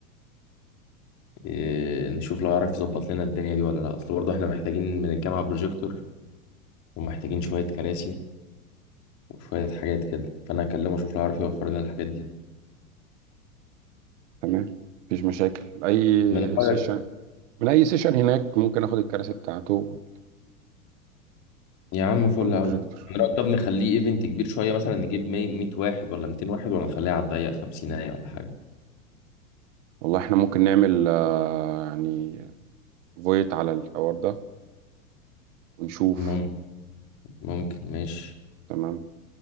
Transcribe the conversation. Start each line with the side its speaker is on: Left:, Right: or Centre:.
Left: إيه، نشوف لو يعرف يظبط لنا الدنيا دي ولا لا اصل برضه احنا محتاجين من الجامعه بروجيكتور ومحتاجين شوية كراسي وشوية حاجات كده فأنا هكلمه أشوف لو عارف يوفر لنا الحاجات دي
Right: تمام مفيش مشاكل اي
Left: من رأيك
Right: سيشن من اي سيشن هناك ممكن اخد الكراسي بتاعته
Left: يا عم فل
Right: والبروجيكتور
Left: أوي من رأيك طب نخليه إيفنت كبير شوية مثلا نجيب 100 واحد ولا 200 واحد ولا نخليها على الضيق 50 ولا حاجة
Right: والله احنا ممكن نعمل آه، يعني فويت على الحوار ده ونشوف
Left: ممكن ممكن ماشي
Right: تمام